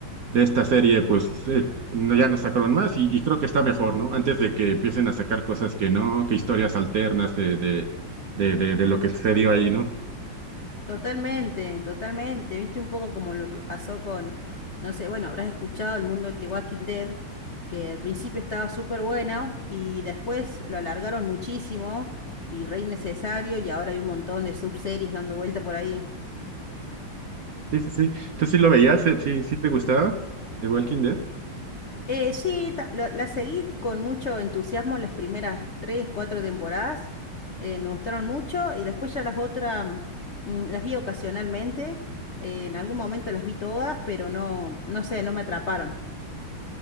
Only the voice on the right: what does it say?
de esta serie pues eh, no, ya no sacaron más y, y creo que está mejor, ¿no? Antes de que empiecen a sacar cosas que no, que historias alternas eh, de, de, de, de lo que sucedió ahí, ¿no?
Sí, sí, sí. ¿Tú sí lo veías? Eh, ¿Sí, sí te gustaba The Walking Dead?